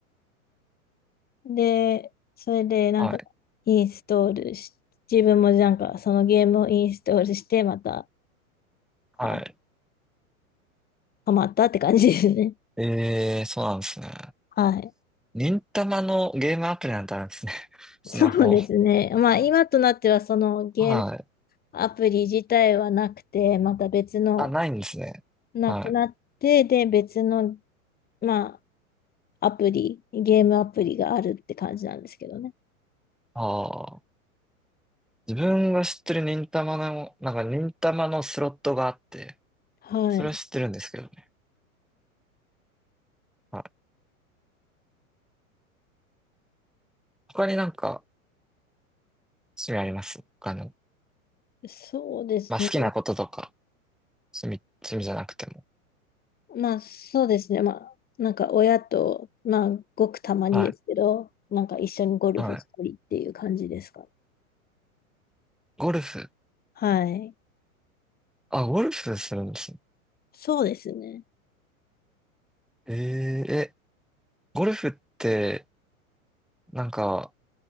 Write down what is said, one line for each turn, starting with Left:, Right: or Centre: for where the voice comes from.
Left: で、それでなんか、
Centre: はい。
Left: インストールし、自分もなんか、そのゲームをインストールして、また、
Centre: はい。
Left: あハマったって感じですね。
Centre: ええ、そうなんですね。
Left: <laughs> はい。
Centre: 忍たまのゲームアプリなんてあるんですね。<laughs> スマホ。
Left: そうですね。まあ、今となっては、そのゲーム
Centre: はい。
Left: アプリ自体はなくて、また別の、
Centre: あ、ないんですね。
Left: なくなって、
Centre: はい。
Left: で、別の、まあ、アプリ、ゲームアプリがあるって感じなんですけどね。
Centre: ああ。自分が知ってる忍たまの、なんか忍たまのスロットがあって、
Left: はい。
Centre: それは知ってるんですけどね。はい。他になんか趣味あります他の。
Left: そうですね。
Centre: まあ好きなこととか、趣味、趣味じゃなくても。
Left: まあ、そうですね。まあ、なんか親と、まあ、ごくたまにですけど、
Centre: はい。
Left: なんか一緒にゴルフしたりっていう感じですかね。
Centre: はい。ゴルフ。
Left: はい。
Centre: あ、ゴルフするんですね。
Left: そうですね。
Centre: えー、え、ゴルフって、なんか、